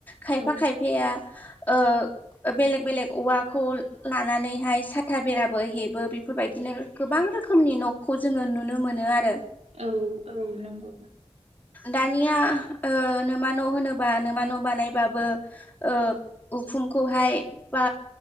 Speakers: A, on the left; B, on the right.
A: खायफा
B: औ
A: खायफाया ओ बेलेग बेलेग औवाखौ लानानैहाय साथा बेराबो हेबो। फोरबायदिनो गोबां रोखोमनि न'खौ जोङो नुनो मोनो आरो।
B: औ औ नंगौ।
A: दानिया ओ नोमा न' होनोबा नोमा न' बानायबाबो। ओ उखुमखौहाय बा